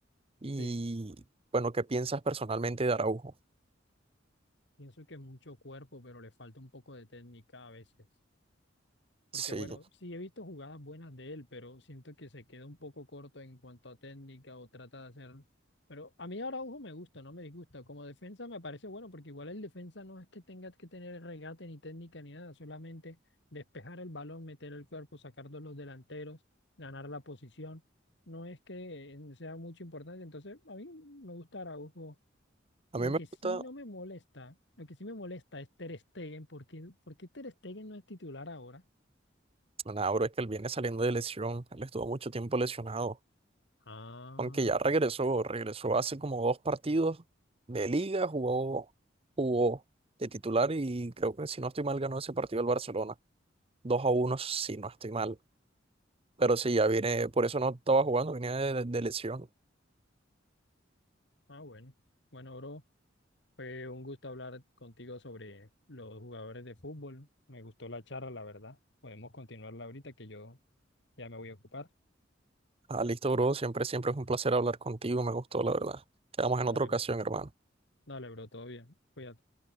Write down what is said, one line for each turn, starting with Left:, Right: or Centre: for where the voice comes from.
Right: Y
Left: sí.
Right: bueno, ¿qué piensas personalmente de Araujo?
Left: Pienso que mucho cuerpo, pero le falta un poco de técnica a veces. Porque
Right: Sí,
Left: bueno, sí he visto jugadas buenas de él, pero siento que se queda un poco corto en cuanto a técnica o trata de hacer... Pero a mí Araujo me gusta, no me disgusta. Como defensa me parece bueno, porque igual el defensa no es que tenga que tener regate ni técnica ni nada, solamente despejar el balón, meter el cuerpo, sacar de los delanteros, ganar la posición. No es que eh, sea mucho importante, entonces a mí me gusta Araujo.
Right: a
Left: Lo
Right: mí me
Left: que
Right: gusta,
Left: sí no me molesta, lo que sí me molesta es Ter Stegen, porque, porque Ter Stegen no es titular ahora.
Right: nada, bro, es que él viene saliendo de lesión. Él estuvo mucho tiempo lesionado.
Left: Ah,
Right: Aunque ya regresó, regresó hace como dos partidos de liga, jugó, jugó de titular y creo que si no estoy mal ganó ese partido el Barcelona. dos a uno si no estoy mal. Pero sí, ya viene, por eso no estaba jugando, venía de, de lesión.
Left: ah, bueno. Bueno, bro, fue un gusto hablar contigo sobre los jugadores de fútbol. Me gustó la charla, la verdad. Podemos continuarla ahorita que yo ya me voy a ocupar.
Right: Ah, listo, bro, siempre, siempre es un placer hablar contigo, me gustó, la verdad. Quedamos
Left: Dale,
Right: en otra ocasión,
Left: bro.
Right: hermano.
Left: Dale, bro, todo bien. Cuídate.